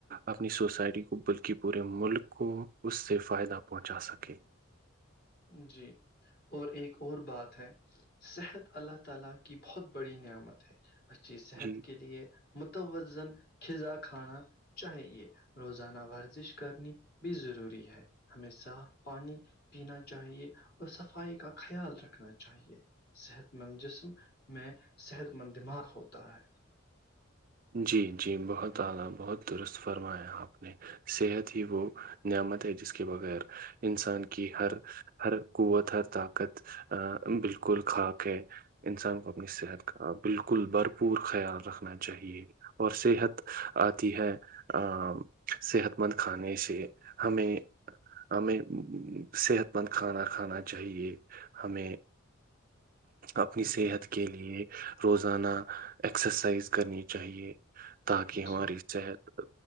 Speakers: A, on the right (about 40°); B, on the left (about 50°).
A: اپنی سوسائٹی کو بلکہ پورے ملک کو اس سے فائدہ پہنچا سکے
B: جی اور ایک اور بات ہے صحت اللہ تعالی کی بہت بڑی نعمت ہے اچھی صحت
A: جی
B: کے لیے متوزن کزاں کھانا چاہیے روزانہ ورزش کرنی بھی ضروری ہے ہمیں صاف پانی پینا چاہیے اور صفائی کا خیال رکھنا چاہیے صحت مند جسم میں صحت مند دماغ ہوتا ہے
A: جی جی بہت اعلی بہت درست فرمایا آپ نے صحت ہی وہ نعمت ہے جس کے بغیر انسان کی ہر ہر قوت ہر طاقت ا بالکل خاک ہے انسان کو اپنی صحت کا بالکل بھرپور خیال رکھنا چ چاہیے اور صحت آتی ہے ا صحت مند کھانے سے ہمیں ہمیں صحت مند کھانا کھانا چاہیے ہمیں اپنی
B: ہے
A: صحت
B: جی
A: کے لیے روزانہ ایکسرسائز کرنی چاہیے تاکہ ہماری
B: جی
A: صحت